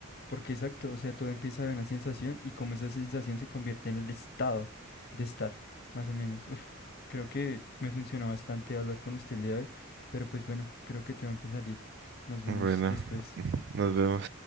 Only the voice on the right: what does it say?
bueno,
nos vemos.